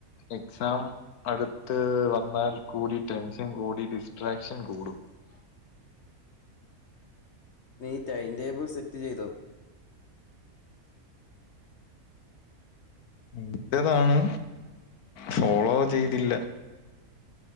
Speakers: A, on the left; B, on the left.
A: എക്സാം.. അടുത്ത് വന്നാൽ കൂടി ടെൻഷൻ കൂടി ഡിസ്ട്രാക്ഷൻ കൂടും..
B: <inaudible> നീ ടൈംടേബിൾ സെറ്റ് ചെയ്തോ.
A: ഇൻട്ടതാണ്. ഫോളോ ചെയ്തില്ല..